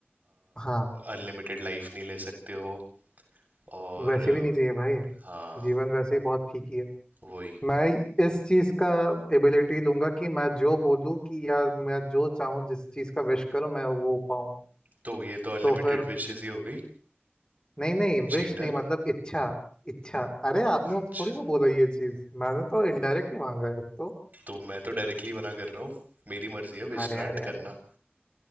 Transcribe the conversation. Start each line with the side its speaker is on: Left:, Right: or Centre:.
Left: हाँ
Right: अनलिमिटेड लाइफ नहीं ले सकते हो और
Left: वैसे भी नहीं चाहिए भाई
Right: अ, हाँ
Left: जीवन वैसे ही बहुत फीकी है
Right: वही
Left: मैं इस चीज का एबिलिटी लूंगा कि मैं जो बोलूँ कि या मैं जो चाहूँ जिस चीज का विश करूँ मैं वो पाऊँ
Right: तो ये तो अनलिमिटेड
Left: तो फिर
Right: विशेस ही हो गई
Left: नहीं नहीं विश
Right: चीटर
Left: नहीं मतलब इच्छा इच्छा अरे आपने
Right: अच्छा
Left: थोड़ी ना बोला ये चीज मैंने तो इनडायरेक्टली मांगा है तो
Right: तो मैं तो डायरेक्टली मना कर रहा हूँ मेरी मर्जी है विश
Left: अरे
Right: ग्रांट
Left: अरे
Right: करना
Left: अरे अरे।